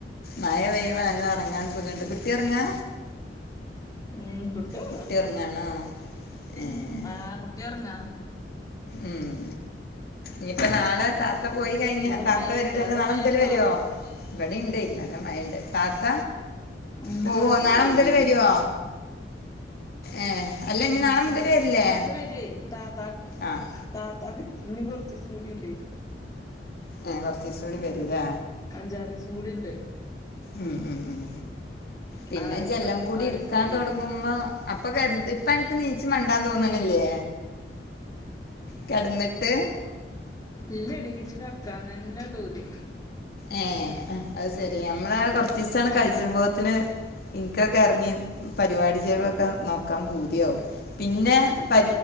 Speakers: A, on the left; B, on the left.
A: മഴ പെയ്യ ഒറങ്ങാൻ സുഖണ്ടു കുട്ടി ഒറങ്ങാ
B: ഉം ഒറങ്ങാ
A: കുട്ടി ഒറങ്ങാണോ ഏഹ്
B: ഉം ആഹ് കുട്ടി ഉറങ്ങാ
A: ഉം നിപ്പോ നാളെ ത. താത്ത പോയി കഴിഞ്ഞാ
B: ഇവടെ
A: താത്ത
B: മഴണ്ട്
A: വരൂലല്ലോ
B: അവടെ
A: നാളെ
B: മഴണ്ടോ
A: മുതൽ വരോ ഇവിടെ ഉണ്ട് നല്ല മഴണ്ട്. താത്ത
B: ഉം
A: പോവോ
B: താത്ത
A: നാളെ
B: പോയെടി
A: മുതൽ വരോ ഏഹ്. അല്ല ഇനി
B: ഉം
A: നാളെ മുതല് വരില്ലേ
B: താത്ത വരുയ് താത്തക്ക്
A: ആഹ്
B: താത്താക്ക് നികൊറച്ചീസം കൂടിയ്ണ്ട്.
A: ഏ കൊറച്ചിസം കൂടിവരൂലേ.
B: അഞ്ചാറീസം കൂടിണ്ട്.
A: ഉം ഉം ഉം പിന്നെ
B: ആറീസം
A: ജെല്ലാം കൂടി
B: ആറീസം
A: ഇടുക്കാതുടങ്ങുമ്പോ.
B: വരും ഇഞ്ഞും
A: അപ്പൊ കരുതി ഇപ്പ അനക്ക് നീച് മണ്ടാതോന്നണില്ലേ. കെടന്നിട്ട്.
B: ഇല്ലടീ ച്ച് കടക്കാന്നന്നെ പൂതി
A: ഏ അത് സരി നമ്മള കൊറച്ചിസം അങ്ങട്ട്
B: മാണ്ട
A: കജുമ്പോ ത്തിന് ഇനിക്കൊക്കെ എറങ്ങി പരിപാടിജകളൊക്കെ നോക്കാൻ പൂതിയാക്കും. പിന്നെ പ